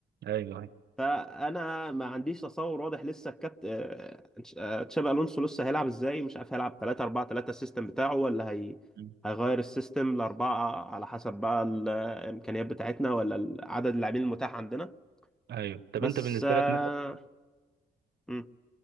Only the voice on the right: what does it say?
ايوه ايوه
مم.
ايوه طب
انت بالنسبة
لك مثلا